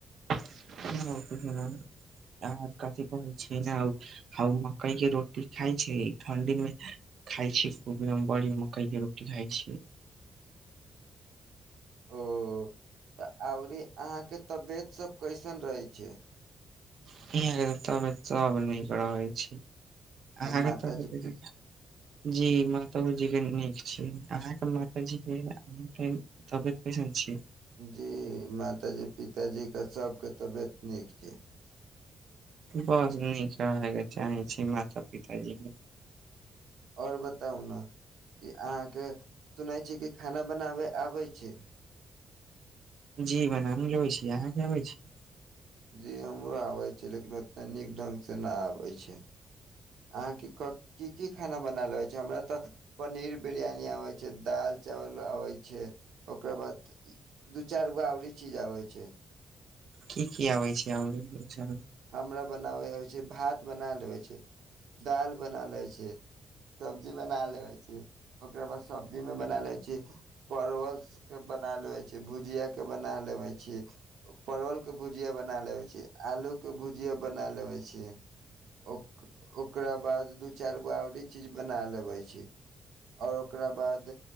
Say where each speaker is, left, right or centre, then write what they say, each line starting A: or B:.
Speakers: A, on the right; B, on the right.
A: <unintelligible> आँहा आर कथि कहैय छियै ने- हौ मकैय के रोटी खाय छिही ठण्डी मे- खाय छी खूबे हम बड़ी मकैय के रोटी खाय छीयै।
B: ओ तऽ अभरी आँहा के तबियत सब कैसन रहेै छै?
A: <unintelligible> तबेत सब नीक रहै छैय। आहाँ
B: आ माताजी
A: के तब <unintelligible>
B: पि
A: जी मां- <unintelligible> जे नीक छैय आहाँके माताजीे के आहाँ के तबियत कैसन छय?
B: जी माताजी पिताजी का सब के तबियत नीक छै।
A: बस नीक रहे के चाहे छी माता पिताजी के।
B: और बतौउ न कि आहाँके सुनै छी कि खाना बनाबे आबै छै।
A: जी बनाालेबै छी आहाँ के आबै छैय?
B: जी हमरो आबै छै लेकिन ओते नीक ढंग से न आबै छै। आहाँके क-की -की-खाना बनेऽल होय छै हमरा तऽ- पनीर बिरयानी आबै छै, दाल चावल आबै छै, ओकर बाद- इ- दू चैर गो औरी चीज आबै छैय।
A: की -की आबै छै औरी दु चैर?
B: हमरा बनाबै होय छै भात बना लेबै छै दाल बना लेबै छै। तबजी बना लेबै छी, ओकरा बाद सब्जीमे बना लै छी- परवल के बना लेबे छी, भुजिया के बना लेबे छी- उ-परवल के भुजिया बना लेबै छी। आलू- के भुजिआ - बनालेबे छियै। ओक- ओकरा बाद दू चैर गो औरी चीज बना लेबे छै। और ओकरा बाद